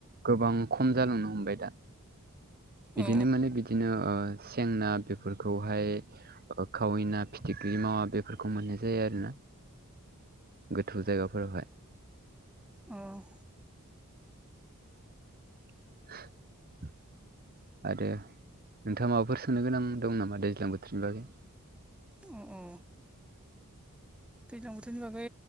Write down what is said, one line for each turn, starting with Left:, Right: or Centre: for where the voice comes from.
Right: गोबां खम जालांनो हमबाय दा बिदिनो
Centre: औ
Right: माने बि बिदिनो सें ना बेफोरखौहाय खावै ना फिथि बि मावा बेफोरखौ मोननाय जायो आरोना। गोथौ जायगाफोरावहाय
Centre: औ
Right: <inaudible> आरो नोंथांङा माबाफोर सोंनो गोनां दं नामा दैज्लां बोथोरनि बागै
Centre: अ अ दैज्लां बोथोरनि बागै